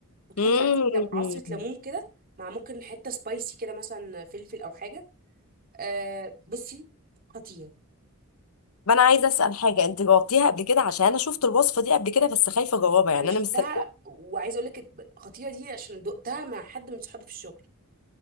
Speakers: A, on the right; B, on the left.
A: وتحطي
B: مم.
A: عصره لم- عصره ليمون كده مع ممكن حته سبايسي كده مثلا فلفل او حاجه أه بصي خطيره
B: ما انا عايزه اسال حاجه انت جاوبتيها قبل كده عشان انا شفت الوصفه دي قبل كده بس خايفه اجاوبها يعني
A: انا شفتها
B: انا مستنيه
A: وعايزه اقول لك الخطيره دي عشان دقتها مع حد من صحابي في الشغل